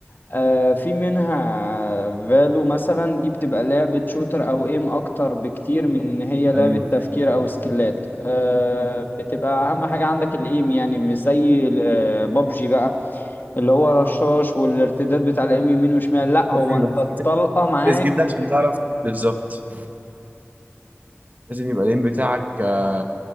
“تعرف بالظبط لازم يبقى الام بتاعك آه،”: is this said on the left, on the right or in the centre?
Right